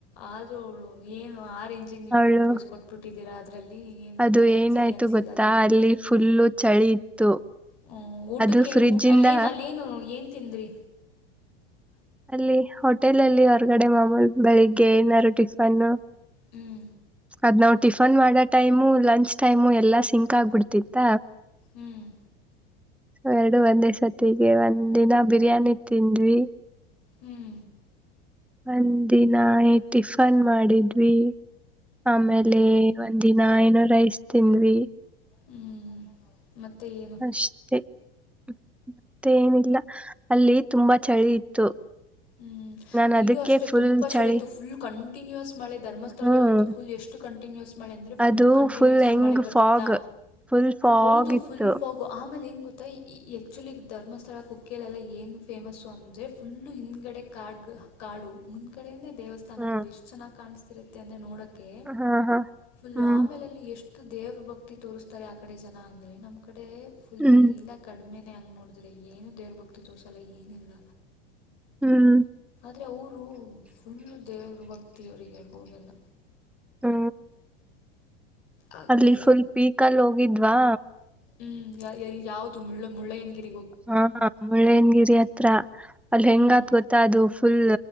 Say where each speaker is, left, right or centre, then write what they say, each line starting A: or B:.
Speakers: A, on the left; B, in the centre.
A: ಆದ್ರೂ ಅವಳು ಏನು ಆ ರೇಂಜಿಂಗ ನೀವು
B: ಅವಳು
A: ಇಬ್ಬರು ಪೋಸ್ ಕೊಟ್ಬಿಟ್ಟಿದ್ದೀರಾ ಅದರಲ್ಲಿ ಏನು ನನಗೇನು
B: ಅದು ಏನಾಯ್ತು
A: ಸರಿ ಅನಿಸಲಿಲ್ಲ
B: ಗೊತ್ತಾ
A: ಅದನ್ನು ನೋಡಿ
B: ಅಲ್ಲಿ ಫುಲ್ಲು ಚಳಿ ಇತ್ತು
A: ಹ್ಮ ಊಟಕ್ಕೆ
B: ಅದು ಫ್ರಿಡ್ಜ್
A: ಊಟ ಅಲ್ಲಿ
B: ಇಂದ
A: ಏನ್ ಅಲ್ಲೇನು ಏನ್ ತಿಂದ್ರಿ
B: ಅಲ್ಲಿ ಹೋಟೆಲ್ ಅಲ್ಲಿ ಹೊರಗಡೆ ಮಾಮೂಲಿ ಬೆಳಿಗ್ಗೆ ಏನಾದಾರು ಟಿಫನ್ನು
A: ಹ್ಮ್
B: ಅದ್ ನಾವ್ ಟಿಫನ್ ಮಾಡೋ ಟೈಮು ಲಂಚ್ ಟೈಮು ಎಲ್ಲಾ ಸಿಂಕ್ ಆಗ್ಬಿಡ್ತಿತ್ತ
A: ಹ್ಮ್
B: ಸೊ ಎರಡು ಒಂದೇ ಸರ್ತಿಗೆ ಒಂದ್ ದಿನ ಬಿರಿಯಾನಿ ತಿಂದ್ವಿ
A: ಹ್ಮ್
B: ಒಂದಿನ ಟಿಫನ್ ಮಾಡಿದ್ವಿ ಆಮೇಲೆ
A: ಹ್ಮ್
B: ಒಂದಿನ ಏನೋ ರೈಸ್ ತಿಂದ್ವಿ
A: ಹ್ಮ್ ಮತ್ತೆ ಏನು
B: ಅಷ್ಟೇ ಮತ್ತೆ ಏನಿಲ್ಲ ಅಲ್ಲಿ ತುಂಬಾ ಚಳಿ ಇತ್ತು
A: ಚಳಿ ಇತ್ತು ಹ್ಮ್
B: ನಾನು
A: ಇಲ್ಲೂ
B: ಅದಕ್ಕೆ
A: ಅಷ್ಟೇ
B: ಫುಲ್
A: ತುಂಬಾ
B: ಚಳಿ
A: ಇತ್ತು ಫುಲ್ ಕಂಟಿನ್ಯೂಸ್ ಮಳೆ ಧರ್ಮಸ್ಥಳದಳಂತು
B: ಹ್ಮ್
A: ಫುಲ್ ಎಷ್ಟು ಕಂಟಿನ್ಯೂಸ್ ಅಂದ್ರೆ
B: ಅದು
A: ಫುಲ್ ಕಂಟಿನ್ಯೂಸ್
B: ಫುಲ್ ಹೆಂಗ್
A: ಆಗಿ ಮಳೆ ಬರ್ತಿತ್ತಾ
B: ಫಾಗ್ ಫುಲ್ ಫಾಗ್
A: ಹೌದು
B: ಇತ್ತು.
A: ಫುಲ್ ಆಮೇಲೆ ಗೊತ್ತಾ ಈ ಎಕ್ಚುಲಿ ಧರ್ಮಸ್ಥಳ ಕುಕ್ಕಲಲ್ಲ ಏನ್ ಫೇಮಸ್ಸು ಅಂದ್ರೆ ಫುಲ್ಲು ಹಿಿಂದಗಡೆ ಕಾಡ್ ಕಾಡು ಮುಂದ್ಗಡೆೇ ದೇವಸ್ಥಾನಗಳು
B: ಹ್ಮ್
A: ಇಷ್ಟ ಚೆನ್ನಾಗ್ ಕಾಣಿಸ್ತಿರುತ್ತೆ ಅಂದ್ರೆ ನೋಡಕೆ
B: ಹಾ ಹಾ
A: ಫುಲ್
B: ಹ್ಮ್
A: ಆಮೇಲಲ್ಲಿ ಎಷ್ಟು ದೇವ್ರ ಭಕ್ತಿ ತೋರಿಸ್ತಾರೆ ಆ ಕಡೆ ಜನ ಅಂದ್ರೆ ನಮ್ ಕಡೆ ಫುಲ್
B: ಹ್ಮ್
A: ಎಲ್ಲಾ ಕ ಒಮ್ಮೇನೆ ಹಂಗ್ ನೋಡಿದ್ರೆ ಏನು ದೇವ್ರ ಭಕ್ತಿ ತೋರ್ಸಲ್ಲ ಏನಿಲ್ಲ
B: ಹ್ಮ್
A: ಅಂದರೆ ಅವರು ಫುಲ್ಲು ದೇವರು ಭಕ್ತಿಯವರಿಗೆ ಹೋಗಲ್ಲ
B: ಹ್ಮ
A: ಆ
B: ಅಲ್ಲಿ
A: ಕಡೆ
B: ಫುಲ್ ಪೀಕ್ ಅಲ್ಲಿ ಹೋಗಿದ್ವಾ
A: ಹ್ಮ್ ಎಲ್ಲಿ ಯಾವ್ದದು ಮುಳ್ಳು ಮುಳ್ಳೆನ್ಗಿರಿ
B: ಹಾ ಮುಳ್ಳಯನಗಿರಿ ಹತ್ರ ಅಲ್ಲಿ
A: ಹ್ಮ್
B: ಹೆಂಗತ್ ಗೊತ್ತ ಅದು ಫುಲ್